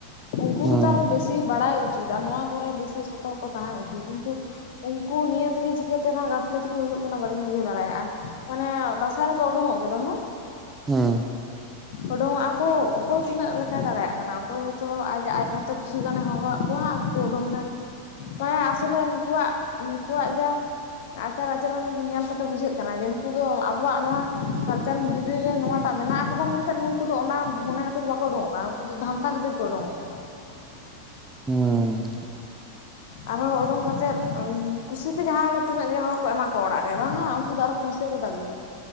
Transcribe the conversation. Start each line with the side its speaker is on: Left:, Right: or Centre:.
Left: ᱩᱱᱠᱩ
Right: ᱦᱩᱸ
Left: ᱜᱮᱛᱚ ᱟᱨᱦᱚᱸ ᱵᱮᱥᱤ ᱵᱟᱲᱟᱭ ᱩᱪᱤᱛ ᱟᱨ ᱱᱚᱣᱟ ᱠᱚᱨᱮ ᱵᱮᱥᱤ ᱥᱚᱛᱚᱨᱠᱚ ᱛᱟᱦᱮᱸ ᱩᱪᱤᱛ ᱠᱤᱱᱛᱩ ᱩᱝᱠᱩ ᱱᱤᱭᱟᱹ ᱛᱮᱜᱮ ᱪᱤᱠᱟᱹᱛᱮ ᱱᱚᱣᱟ ᱜᱟᱯᱷᱞᱟᱹᱛᱤ ᱠᱚ ᱦᱩᱭᱩᱜ ᱠᱟᱱᱟ ᱵᱟᱹᱧ ᱵᱩᱡᱷᱟᱹᱣ ᱫᱟᱲᱮᱭᱟᱜᱼᱟ, ᱚᱱᱮ ᱫᱟᱸᱥᱟ ᱨᱮ ᱠᱚ ᱚᱰᱩᱝᱚᱜ ᱜᱮᱫᱚ ᱦᱮᱸ᱾
Right: ᱦᱩᱸ᱾
Left: ᱩᱰᱩᱝᱚᱜᱼᱟ ᱠᱚ ᱚᱠᱚᱭ ᱛᱤᱱᱟᱹᱜ ᱞᱮᱠᱟᱭ ᱫᱟᱲᱮᱭᱟᱜ ᱠᱟᱱᱟ᱾ ᱚᱠᱚᱭ ᱦᱚᱭᱛᱚ ᱟᱡ ᱟᱡ ᱢᱚᱛᱚ ᱠᱤᱪᱷᱩ ᱜᱟᱱᱮ ᱦᱚᱦᱚᱣᱟᱫ ᱠᱚᱣᱟ ᱟᱨ ᱠᱚ ᱩᱰᱩᱝ ᱮᱱᱟ᱾ ᱚᱱᱟ ᱟᱥᱚᱞᱮ ᱱᱩᱠᱩᱣᱟᱜ ᱱᱩᱠᱩᱣᱟᱜ ᱡᱟ ᱟᱪᱟᱨ ᱟᱪᱚᱨᱚᱱ ᱧᱮᱞ ᱠᱟᱛᱮ ᱵᱩᱡᱷᱟᱹᱜ ᱠᱟᱱᱟ ᱡᱮ ᱱᱩᱠᱩ ᱫᱚ ᱟᱵᱚᱣᱟᱜ ᱱᱚᱣᱟ ᱠᱟᱞᱪᱟᱨ ᱵᱷᱤᱛᱨ ᱨᱮ ᱱᱚᱣᱟᱴᱟᱜ ᱢᱮᱱᱟᱜ-ᱟ ᱠᱟᱫᱟ ᱢᱮᱱᱛᱮ ᱱᱩᱠᱩ ᱫᱚ ᱚᱱᱟ ᱢᱚᱱᱮ ᱠᱟᱛᱮᱫ ᱫᱚ ᱵᱟᱠᱚ ᱩᱰᱩᱝᱚᱜ ᱠᱟᱱᱟ ᱱᱩᱠᱩ ᱫᱚ ᱫᱷᱟᱱᱫᱟ ᱠᱷᱟᱹᱛᱤᱨ ᱠᱚ ᱩᱰᱩᱝᱚᱜ ᱠᱟᱱᱟ᱾
Right: ᱦᱩᱸ᱾
Left: ᱟᱨᱦᱚᱸ ᱩᱰᱩᱝ ᱠᱟᱛᱮᱫ ᱠᱩᱥᱤᱛᱮ ᱡᱟᱦᱟᱸ ᱜᱮ ᱛᱤᱱᱟᱹᱜ ᱜᱮ ᱦᱚᱲ ᱠᱚ ᱮᱢᱟ ᱠᱚᱣᱟ ᱚᱲᱟᱜ ᱨᱮ ᱵᱟᱝᱟ ᱩᱱᱠᱩ ᱫᱚ ᱟᱨᱚ ᱯᱩᱭᱥᱟᱹ ᱠᱚ ᱫᱟᱹᱵᱤᱭᱟ